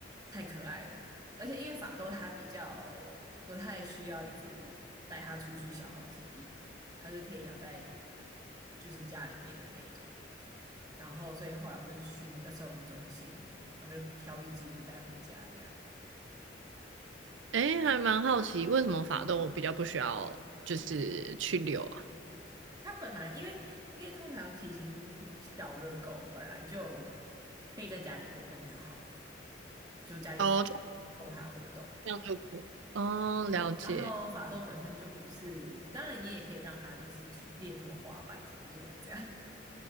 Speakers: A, on the right; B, on the right.
A: 太可爱了，而且因为法斗它比较不太需要一直带它出去消耗体力。它是可以养在就是家里面的那一种。然后，所以后来我就是去那个收容中心，然后就挑一只就带回家这样。
B: 诶，还蛮好奇，为什么法斗比较不需要就是去遛啊？
A: 它本来因为因为通常体型小的狗本来就可以在家里活动就好，就家里的空间
B: 哦，就
A: 够它活动。
B: 这样就可以了哦，
A: 对，
B: 了解。
A: 然后法斗本身就不是，当然你也可以让它就是去练什么滑板什么，也有人这样，